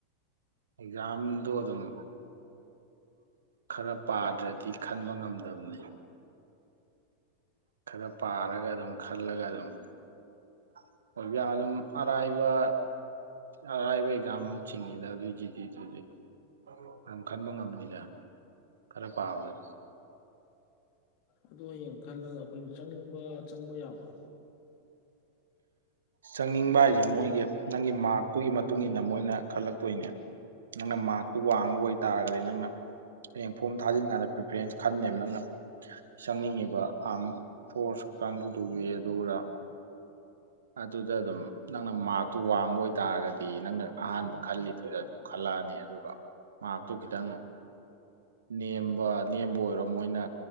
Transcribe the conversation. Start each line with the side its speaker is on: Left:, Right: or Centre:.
Right: ꯑꯦꯛꯖꯥꯝꯗꯣ ꯑꯗꯨꯝ ꯈꯔ ꯄꯥꯗ꯭ꯔꯗꯤ ꯈꯟꯕ ꯉꯝꯗꯕꯅꯤ ꯈꯔ ꯄꯥꯔꯒ ꯑꯗꯨꯝ ꯈꯜꯂꯒ ꯑꯗꯨꯝꯕ ꯑꯗꯨꯝ ꯑꯔꯥꯏꯕ ꯑꯔꯥꯏꯕ ꯑꯦꯛꯖꯥꯝ ꯆꯤꯡꯉꯤꯗ ꯑꯗꯨꯏ ꯖꯤꯗꯤ ꯗꯨꯗꯤ ꯑꯗꯨꯝ ꯈꯟꯕ ꯉꯝꯅꯤꯗ ꯈꯔ ꯄꯥꯕꯗ
Left: ꯑꯗꯨ ꯍꯌꯦꯡ ꯈꯜꯂꯒ ꯑꯩꯈꯣꯏꯅ ꯆꯪꯅꯤꯡꯕ ꯆꯪꯕ ꯌꯥꯕ꯭ꯔꯣ
Right: ꯆꯪꯅꯤꯡꯕ ꯍꯥꯏꯁꯦ ꯃꯣꯏꯒꯤ ꯅꯪꯒꯤ ꯃꯥꯔꯛꯇꯨꯒꯤ ꯃꯇꯨꯡ ꯏ ꯃꯇꯨꯡꯏꯟꯅ ꯃꯣꯏꯅ ꯈꯜꯂꯛꯇꯣꯏꯅꯦ ꯅꯪꯅ ꯃꯥꯔꯛꯇꯨ ꯋꯥꯡꯕ ꯑꯣꯏꯇꯥꯥꯔꯒꯗꯤ ꯅꯪꯅ ꯍꯌꯦꯡ ꯐꯣꯝ ꯊꯥꯖꯤꯟꯀꯥꯟꯗ ꯄ꯭ꯔꯤꯐꯔꯦꯟꯁ ꯈꯟꯅꯦꯕ ꯅꯪꯅ ꯆꯪꯅꯤꯡꯉꯤꯕ ꯑꯥꯝ ꯐꯣꯔꯁ ꯀꯥꯡꯕꯨꯗꯨꯒꯤ ꯑꯗꯨꯅ ꯑꯗꯨꯗ ꯑꯗꯨꯝ ꯅꯪꯅ ꯃꯥꯔꯛꯇꯨ ꯋꯥꯡꯕ ꯑꯣꯏꯇꯥꯥꯔꯒꯗꯤ ꯅꯪꯅ ꯑꯍꯥꯟꯕ ꯈꯜꯂꯤꯗꯨꯗ ꯑꯗꯨꯝ ꯈꯜꯂꯛꯑꯅꯤ ꯑꯗꯨꯒ ꯃꯥꯔꯛꯇꯨ ꯈꯤꯇꯪ ꯅꯦꯝꯕ ꯅꯦꯝꯕ ꯑꯣꯏꯔꯣ ꯃꯣꯏꯅ